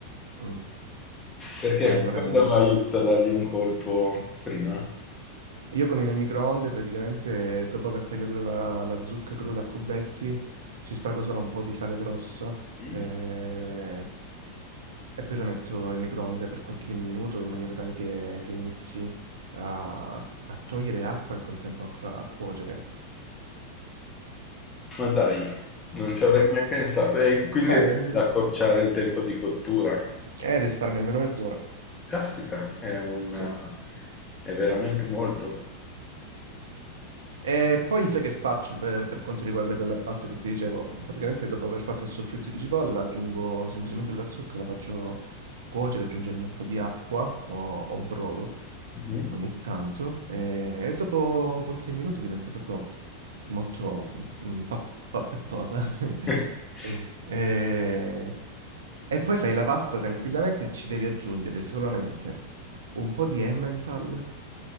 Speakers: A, on the right; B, on the left.
A: Mm.
B: perché
A: Eh, allora niente.
B: quello aiuta a dargli un colpo prima.
A: Io con il microonde praticamente dopo aver tagliato la, la zucca cruda a cubetti ci spargo solo un po' di sale grosso.
B: Mm.
A: eh, E poi la metto in microonde per qualche minuto in maniera tale che, che inizi a, a togliere acqua e al contempo a, cu- a cuocere.
B: Ma dai, non ci
A: Sì.
B: avrei mai pensato. E quindi
A: Sai,
B: riesci
A: eh,
B: ad accorciare il tempo di cottura.
A: eh, risparmio almeno mezz'ora.
B: Caspita, è un
A: Sì.
B: è veramente molto.
A: E poi sai che faccio per, per quanto riguarda quella pasta che ti dicevo? Praticamente dopo aver fatto il soffritto di cipolla aggiungo semplicemente la zucca, la faccio cuocere aggiungendo un po' di acqua o, o brodo
B: Mh-mh.
A: ogni tanto e, e dopo qualche minuto diventa proprio molto mm, pa- pappettosa. <laughs>
B: <laughs>
A: Mm. E... e poi fai la pasta tranquillamente e ci devi aggiungere solamente un po' di Emmental